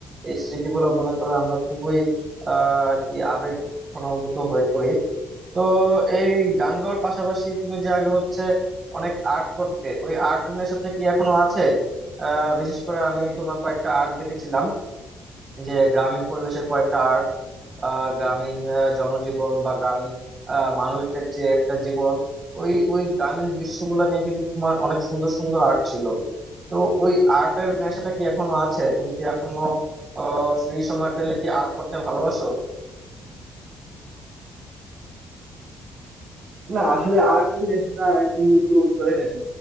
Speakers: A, on the right; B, on the right.
A: এই স্মৃতিগুলো মনে করে আমরা খুবই আহ আর কি আবেগ ঘনভূত হয়ে পড়ি তো এই গান গাওয়ার পাশাপাশি তুমি যে আগে হচ্ছে অনেক আর্ট করতে ওই আর্ট নেশাটা কি এখনো আছে আহ বিশেষ করে আমি তোমার কয়েকটা আর্ট দেখেছিলাম যে গ্রামীণ পরিবেশের কয়েকটা আর্ট আহ গ্রামীণ আহ, জনজীবন বা গ্রামীণ আহ, মানুষদের যে একটা জীবন ওই ওই গ্রামীণ দৃশ্যগুলো নিয়ে কিন্তু তোমার অনেক সুন্দর সুন্দর আর্ট ছিল তো ওই আর্টের নেশাটা কি এখনো আছে তুমি কি এখনো আহ ফ্রি সময় পেলে কি আর্ট করতে ভালোবাসো
B: না আসলে আর্ট নেশাটা এখন কিন্তু চলে গেছে